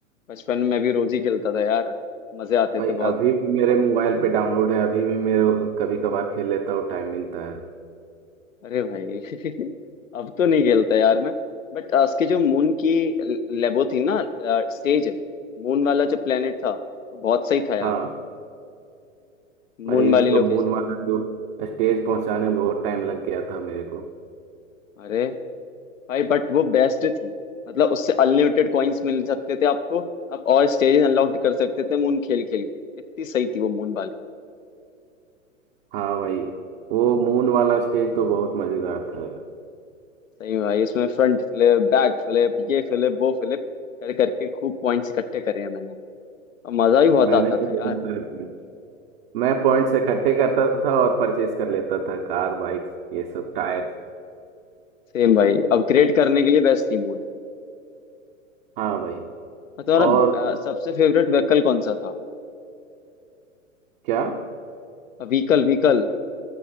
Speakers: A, on the left; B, on the right.
A: बचपन में भी रोज ही खेलता था यार मजे आते
B: भाई
A: थे बहुत
B: अभी भी मेरे मोबाइल पे डाउनलोड है अभी भी मेरे कभी कभार खेल लेता हूँ टाइम मिलता है
A: अरे भाई <laughs> अब तो नहीं खेलता यार मैं बट उसकी जो मून की लेबो थी ना स्टेज मून वाला जो प्लेनेट था वो बहुत सही था यार
B: हाँ भाई
A: मून वाली
B: उसको
A: लोकेशन
B: मून मारा तो स्टेज पहुंचाने में बहुत टाइम लग गया था मेरे को
A: अरे भाई बट वो बेस्ट थी मतलब उससे अनलिमिटेड कॉइन्स मिल सकते थे आपको आप और स्टेज अनलॉक कर सकते थे मून खेल खेल के इतनी सही थी वो मून वाली
B: हाँ भाई वो मून वाला स्टेज तो बहुत मजेदार था
A: सही में भाई इसमें फ्रंट फ्लिप बैक फ्लिप ये फ्लिप वो फ्लिप कर करके खूब पॉइंट्स इकट्ठे करे हैं मैंने और मजा भी बहुत
B: मैंने
A: आता
B: ये
A: था यार
B: बहुत सारे पॉइंट मैं पॉइंट्स इकट्ठे करता था और परचेज कर लेता था कार बाइक ये सब टायर
A: सेम भाई अपग्रेड करने के लिए बेस्ट थी मूड
B: हाँ भाई
A: और तुम्हारा
B: और
A: अ, सबसे फेवरेट व्हीकल कौन सा था
B: क्या
A: Vehicle vehicle